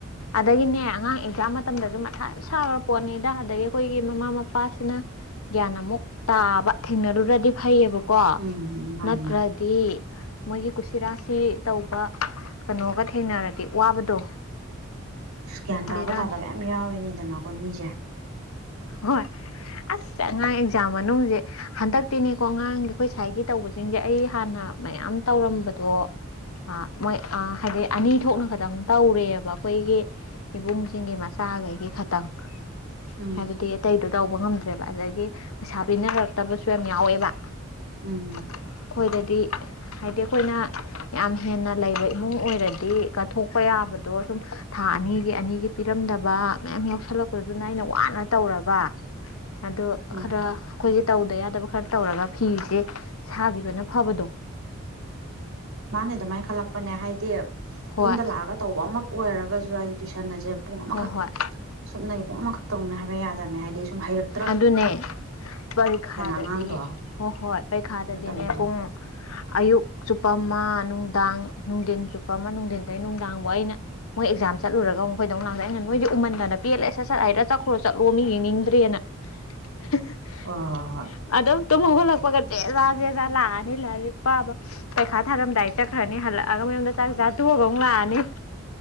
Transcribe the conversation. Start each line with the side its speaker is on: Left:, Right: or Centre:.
Left: ꯑꯗꯒꯤꯅꯦ ꯑꯉꯥꯡ ꯑꯦꯛꯖꯥꯝ ꯃꯇꯝꯗꯁꯨ ꯃꯊꯥ ꯌꯥꯝ ꯁꯥꯥꯈꯔ ꯄꯣꯠꯅꯤꯗ ꯑꯗꯒꯤ ꯑꯩꯈꯣꯏꯒꯤ ꯃꯃꯥ ꯃꯄꯥꯁꯤꯅ ꯒ꯭ꯌꯥꯟ ꯑꯃꯨꯛ ꯇꯥꯕ ꯊꯦꯡꯅꯔꯨꯔꯗꯤ ꯐꯩꯌꯦꯕꯀꯣ
Right: ꯎꯝ ꯃꯥꯅꯤ
Left: ꯅꯠꯇ꯭ꯔ
Right: ꯃꯥꯅꯤ
Left: ꯗꯤ ꯃꯣꯏꯒꯤ ꯀꯨꯁꯤꯔꯥꯁꯤ ꯇꯧꯕ ꯀꯩꯅꯣꯒ ꯊꯦꯡꯅꯔꯗꯤ ꯋꯥꯕꯗꯣ
Right: ꯑꯁ ꯒ꯭ꯌꯥꯟ ꯇꯥꯕ
Left: ꯕꯦꯔꯥꯅꯤ
Right: ꯇꯥꯗꯕ ꯌꯥꯝ ꯌꯥꯎꯔꯤꯅꯤꯗꯅꯀꫭ ꯃꯤꯁꯦ
Left: ꯍꯣꯏ ꯑꯁ ꯑꯉꯥꯡ ꯑꯦꯛꯖꯥꯝ ꯃꯅꯨꯡꯁꯦ ꯍꯟꯗꯛꯇꯤꯅꯦꯀꯣ ꯑꯉꯥꯡ ꯑꯩꯈꯣꯏ ꯁꯥꯏꯒꯤ ꯇꯧꯕꯁꯤꯡꯁꯦ ꯑꯩ ꯍꯥꯟꯅ ꯃꯌꯥꯝ ꯇꯧꯔꯝꯕꯗꯣ ꯑꯥ ꯃꯣꯏ ꯑꯥ ꯍꯥꯏꯗꯤ ꯑꯅꯤ ꯊꯣꯛꯅ ꯈꯇꯪ ꯇꯧꯔꯦꯕ ꯑꯩꯈꯣꯏꯒꯤ ꯏꯕꯨꯡꯁꯤꯡꯒꯤ ꯃꯆꯥꯈꯩꯒꯤ ꯈꯇꯪ
Right: ꯎꯝ
Left: ꯍꯥꯏꯕꯗꯤ ꯑꯇꯩꯗꯣ ꯇꯧꯕ ꯉꯝꯗ꯭ꯔꯦꯕ ꯑꯗꯒꯤ ꯄꯩꯁꯥ ꯄꯤꯅꯔꯛꯇꯕꯁꯨ ꯌꯥꯝ ꯌꯥꯎꯋꯦꯕ
Right: ꯎꯝ
Left: ꯑꯩꯈꯣꯏꯗꯗꯤ ꯍꯥꯏꯗꯤ ꯑꯩꯈꯣꯏꯅ ꯌꯥꯝ ꯍꯦꯟꯅ ꯂꯩꯕ ꯏꯃꯨꯡ ꯑꯣꯏꯔꯗꯤ ꯀꯠꯊꯣꯛꯄ ꯌꯥꯕꯗꯣ ꯑꯗ ꯁꯨꯝ ꯊꯥ
Right: ꯎꯝ
Left: ꯑꯅꯤꯒꯤ ꯑꯅꯤꯒꯤ ꯄꯤꯔꯝꯗꯕ ꯃꯌꯥꯝ ꯌꯥꯎꯁꯜꯂꯛꯄꯗꯨꯅ ꯑꯩꯅ ꯋꯥꯅ ꯇꯧꯔꯒ ꯑꯗꯨ
Right: ꯃꯥꯅꯦ
Left: ꯈꯔ ꯑꯩꯈꯣꯏꯒꯤ ꯇꯧꯗ ꯌꯥꯗꯕ ꯈꯔ ꯇꯧꯔꯒ ꯐꯤꯁꯦ ꯁꯥꯈꯤꯕꯅ ꯐꯕꯗꯣ
Right: ꯃꯥꯅꯦ ꯑꯗꯨꯃꯥꯏꯅ ꯈꯜꯂꯛꯄꯅꯦ ꯍꯥꯏꯗꯤ
Left: ꯍꯣꯏ
Right: ꯌꯨꯝꯗ ꯂꯥꯛꯑꯒ ꯇꯧꯕ ꯑꯃ ꯑꯣꯏꯔꯒꯁꯨ ꯑꯩ ꯇꯨꯏꯁꯟ ꯑꯁꯦ ꯄꯨꯡ ꯑꯃꯈꯛ
Left: ꯍꯣꯏ ꯍꯣꯏ
Right: ꯁꯨꯞꯅꯒꯤ ꯄꯨꯡ ꯑꯃꯈꯛ ꯇꯧꯅꯤ ꯍꯥꯏꯕ ꯌꯥꯗꯕꯃꯦ ꯍꯥꯏꯗꯤ ꯁꯨꯝ ꯍꯩꯔꯛ
Left: ꯑꯗꯨꯅꯦ ꯄꯔꯤꯈꯥꯗꯗꯤ
Right: ꯑꯉꯥꯡꯗꯣ
Left: ꯍꯣꯏ ꯍꯣꯏ ꯄꯔꯤꯈꯥꯗꯗꯤꯅꯦ
Right: ꯃꯇꯝꯗꯣ
Left: ꯄꯨꯡ ꯑꯌꯨꯛ ꯆꯨꯞꯄ ꯑꯃ ꯅꯨꯡꯗꯥꯡ ꯅꯨꯡꯊꯤꯟ ꯆꯨꯞꯄ ꯑꯃ ꯅꯨꯡꯊꯤꯟꯗꯒꯤ ꯅꯨꯡꯗꯥꯡꯐꯥꯎ ꯑꯩꯅ ꯃꯣꯏ ꯑꯦꯛꯖꯥꯝ ꯆꯠꯨꯔꯒ ꯃꯈꯣꯏꯗꯧꯛ ꯂꯥꯡꯁ ꯑꯩꯅ ꯅꯣꯏꯗꯤ ꯎꯃꯟꯗ ꯄꯦꯜꯂꯦꯁ ꯁꯠ ꯍꯥꯏꯔ ꯆꯠꯈ꯭ꯔꯣ ꯆꯠꯂꯣ ꯃꯤ ꯌꯦꯡꯅꯤꯡꯗ꯭ꯔꯦꯅ <inaudible>
Right: ꯑꯣ ꯍ ꯍ
Left: ꯑꯗꯨꯝ ꯇꯨꯝ ꯍꯧꯒꯠꯂꯛꯄꯒ ꯆꯦꯖꯥ ꯆꯦꯖꯥ ꯂꯥꯛꯑꯅꯤ ꯂꯥꯏꯔꯤꯛ ꯄꯥꯕ ꯄꯩꯈꯥ ꯊꯥꯔꯝꯗꯥꯏ ꯆꯠ꯭ꯈꯔꯅꯤ ꯍꯜꯂꯛꯑꯒ ꯃꯌꯨꯝꯗ ꯆꯥꯛ ꯆꯥꯊꯣꯛꯑꯒ ꯑꯃꯨꯛ